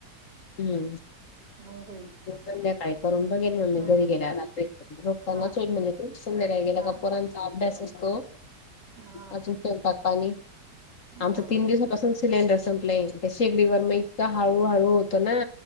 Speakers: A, on the left; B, on the right.
A: हम्म
B: ह
A: संध्याकाळी करून बघेल मग्ी
B: हम्म
A: घरी गेल्या र रोखताांना
B: हा
A: चोट म्हणजे खूप सुंदर आहे गेला
B: हा
A: कपोरांचा अभ्यास असतो.
B: हा
A: अजूनलतात पाणी
B: हो
A: आमचा तीन दिवसापासून सिलेंडर संपलाय त्या शेकडीवर मग इका हळूहळू होत. तर ना